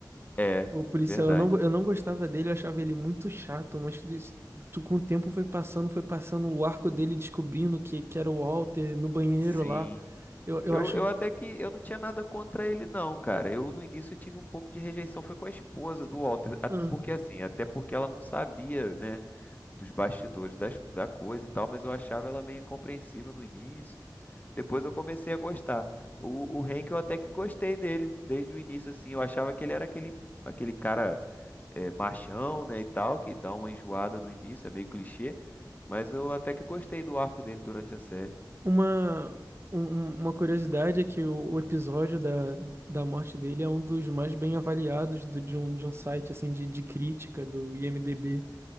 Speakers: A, on the left; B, on the right.
A: É, é
B: O policial,
A: verdade.
B: eu não, go- eu não gostava dele, eu achava ele muito chato, mas des- tu- com o tempo foi passando, foi passando o arco dele descobrindo que, que era o Walter no banheiro
A: Sim.
B: lá. Eu, eu
A: Eu,
B: acho
A: eu até que eu não tinha nada contra ele não, cara. Eu no início eu tive um pouco de rejeição, foi com a esposa do Walter, a-
B: ah,
A: porque assim, até porque ela não sabia, né, dos bastidores das, da coisa e tal, mas eu achava ela meio incompreensiva no início. Depois eu comecei a gostar. O, o Hank eu até que gostei dele desde o início, assim, eu achava que ele era aquele aquele cara é, machão, né, e tal, que dá uma enjoada no início, é meio clichê, mas eu até que gostei do arco dele durante a série.
B: uma, um- um- uma curiosidade é que o, o episódio da, da morte dele é um dos mais bem avaliados do, de, um, de um site assim de, de crítica do IMDb.